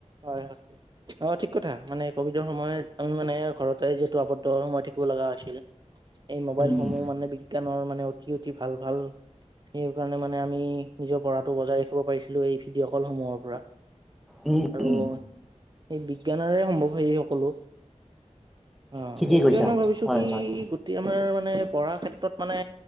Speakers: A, on the right; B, in the centre.
A: হয় হয়। অ ঠিক মানে কভিডৰ সময়ত আমি মানে ঘৰতে যিহেতু আবদ্ধ সময় থাকিব লগা হৈছিল। এই মোবাইলসমূহ
B: উম,
A: মানে বিজ্ঞানৰ মানে অতি অতি ভাল ভাল। সেই কাৰণে মানে আমি নিজৰ পঢ়াটো বজাই ৰাখিব পাৰিছিলো এই ভিডিঅ' কলসমূহৰ পৰা।
B: উম,
A: আৰু
B: উম, উম,
A: সেই বিজ্ঞানৰে সম্ভৱ হয়, সেই সকলো। অ
B: ঠিকেই
A: এইটোয়ে
B: কৈছা
A: মই ভাবিছো
B: হয়
A: কি
B: হয়
A: গোটেই আমাৰ মানে পঢ়াৰ ক্ষেত্ৰত মানে,